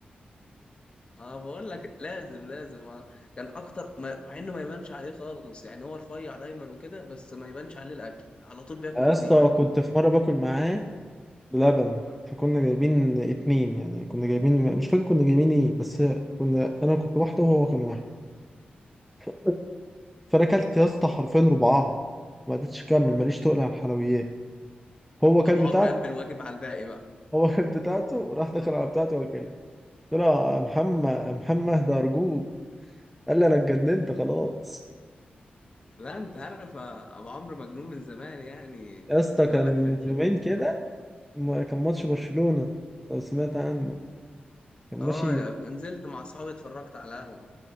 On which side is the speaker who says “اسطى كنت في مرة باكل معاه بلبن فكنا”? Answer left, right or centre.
Centre